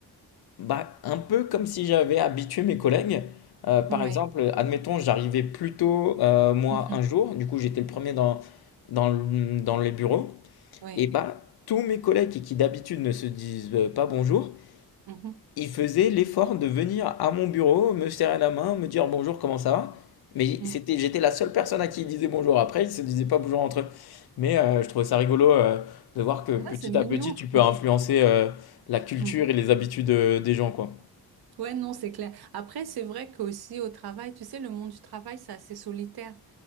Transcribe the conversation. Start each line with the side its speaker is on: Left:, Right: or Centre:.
Left: bah, un peu comme si j'avais habitué mes collègues. Heu, par
Right: Ouais.
Left: exemple, admettons, j'arrivais plus tôt, heu, moi,
Right: <laughs> Mhm.
Left: un jour, du coup, j'étais le premier
Right: Ouais.
Left: dans dans le, mmh, dans les bureaux
Right: Ouais.
Left: et bah, tous mes collègues qui qui d'habitude ne se disent, heu, pas bonjour,
Right: Mhm.
Left: il faisait l'effort de venir à mon bureau, me serrer la main, me dire bonjour, comment ça va? Mais
Right: Mm.
Left: c'était, j'étais la seule personne à qui il disait bonjour. Après, ils se disaient pas bonjour entre eux. Mais euh, je trouvais ça rigolo euh, de voir que
Right: Ouais,
Left: petit
Right: c'est mignon.
Left: à petit, tu peux
Right: <laughs>
Left: influencer euh, la culture
Right: Mm. Mm.
Left: et les habitudes euh, des gens, quoi.
Right: Ouais, non, c'est clair. Après, c'est vrai qu'aussi au travail, tu sais, le monde du travail, c'est assez solitaire.